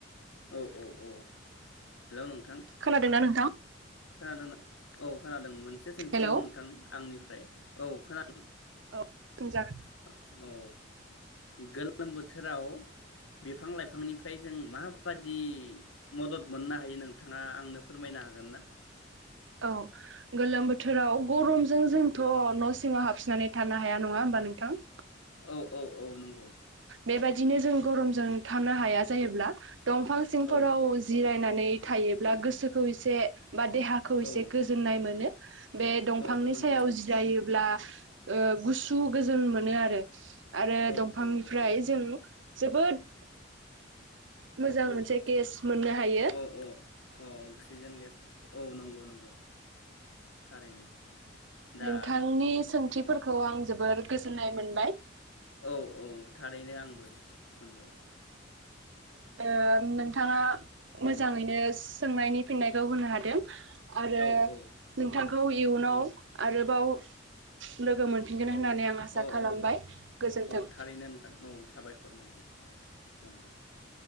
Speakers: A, on the left (about 85°); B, on the right (about 70°).
A: औ औ औ। हेलौ नोंथां।
B: खोनादोंना नोंथां?
A: खोनादों औ खोनादों मोन। मोनसे सोंथिबाव
B: हेलौ
A: नोंथां आंनिफ्राय, औ खोना
B: <unintelligible>
A: <inaudible> औ गोलोम बोथोराव बिफां लाइफांनिफ्राय जों माबादि मदद मोननो हायो नोंथाङा आंनो फोरमायनो हागोन ना?
B: औ गोलोम बोथोराव गरमजों जों थ' न' सिङाव हाबफननानै थानो हाया नङा होमबा नोंथां?
A: औ औ औ नंगौ
B: बेबायदिनो जों गरमजों
A: नंगौ
B: थानो हाया जायोब्ला दंफां सिंफोराव
A: औ
B: जिरायनानै थायोब्ला गोसोखौ एसे बा देहाखौ
A: औ
B: एसे गोजोननाय मोनो। बे दंफांनि
A: औ औ
B: सायाव
A: नंगौ
B: जिरायोब्ला ओ गुसु गोजोन मोनो आरो। आरो
A: औ
B: दं फांनिफ्राय
A: औ औ
B: जों जोबोद मोजां
A: औ <inaudible> औ
B: मोनसे गेस मोननो हायो
A: औ औ, अक्सिजेन गेस औ, नंगौ नंगौ। थारैनो दा
B: नोंथांनि सोंथिफोरखौ आं जोबोद गोजोननाय मोनबाय।
A: औ औ थारैनो आंबो मोनबाय
B: ओं नोंथाङा मोजाङैनो सोंनायनि फिननायखौ होनो हादों। आरो
A: औ औ
B: नोंथांखौ इयुनाव
A: नंगौ
B: आरोबाव लोगो मोनफिनगोन
A: औ
B: होननानै आं आसा
A: औ
B: खालामबाय
A: औ
B: गोजोन्थों।
A: औ थारैनो नोंथां औ साबायखर <unintelligible>